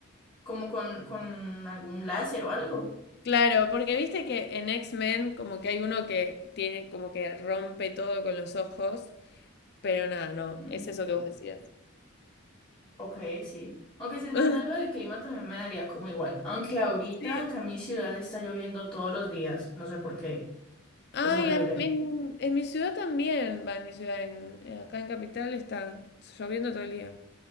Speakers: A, on the left; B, on the left.
A: como con, con algún láser o algo.
B: Claro, porque viste que en X-Men como que hay uno que tiene como que rompe todo con los ojos, pero nada, no,
A: Mm,
B: es eso que vos decías.
A: ok, sí. Aunque si es
B: <laughs>
A: verdad lo del clima también me daría como igual. Aunque ahorita
B: Sí.
A: acá en mi ciudad está lloviendo todos los días. No sé por qué. Es
B: Ay,
A: horrible.
B: en, en- en mi ciudad también, va, en mi ciudad, en- acá en Capital está lloviendo todo el día.